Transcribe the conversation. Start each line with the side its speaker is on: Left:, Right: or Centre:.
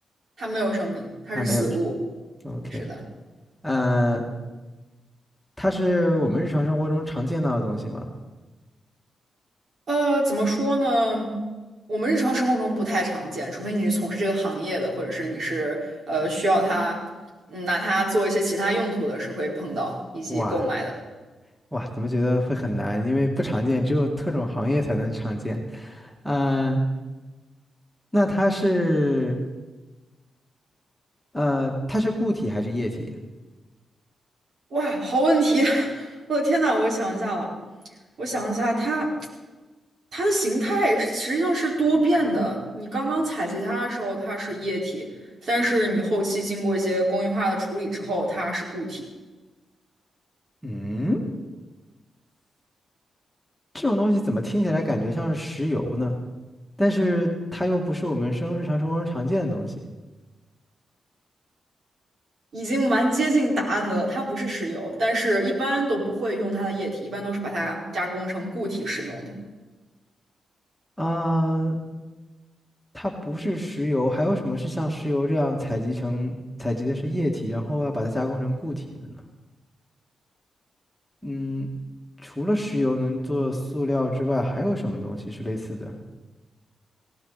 Right: 它没有生命，它是死物。
Centre: 它没有。OK，
Right: 是的。
Centre: 嗯，它是我们日常生活中常见到的东西吗？
Right: 呃，怎么说呢？我们日常生活中不太常见，除非你是从事这个行业的，或者是你是呃需要它，嗯，拿它做一些其他用途的，是会碰到以及购买的。
Centre: 哇哇，怎么觉得会很难？因为不常见，只有特种行业才能常见。呃，那它是呃，它是固体还是液体？
Right: 哇，好问题！<laughs> 我的天呐，我想一下啊，我想一下，它它的形态是实际上是多变的。你刚刚采集它的时候，它是液体，但是你后期经过一些工艺化的处理之后，它是固体。
Centre: 嗯，这种东西怎么听起来感觉像是石油呢？但是它又不是我们生日常生活中常见的东西
Right: 已经蛮接近答案的了，它不是石油，但是一般都不会用它的液体，一般都是把它加工成固体使用的。
Centre: 啊。它不是石油，还有什么是像石油这样采集成采集的是液体，然后要把它加工成固体的呢？嗯，除了石油能做塑料之外，还有什么东西是类似的？